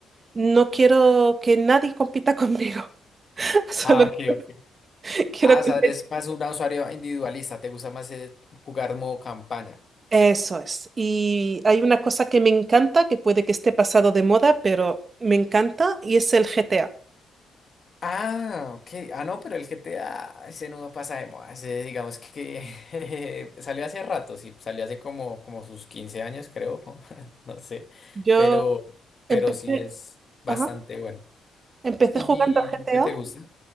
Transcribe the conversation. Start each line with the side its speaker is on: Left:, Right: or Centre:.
Right: No quiero que nadie compita conmigo, <laughs> solo
Left: Ah, ok, ok.
Right: que quiero
Left: Ah,
Right: competir.
Left: o sea, eres más un usuario individualista, te gusta más eh, jugar modo campaña.
Right: Eso es. Y hay una cosa que me encanta, que puede que esté pasado de moda, pero me encanta y es el GTA.
Left: Ah, ok. Ah, no, pero el GTA, ese no no pasa de moda. Ese, digamos que <laughs> jeje, salió hace rato, sí. Salió hace como, como sus 15 años, creo. <laughs> No sé.
Right: Yo
Left: Pero,
Right: Empecé,
Left: pero sí es bastante
Right: ajá,
Left: bueno.
Right: empecé
Left: ¿Y
Right: jugando a GTA.
Left: qué te gusta?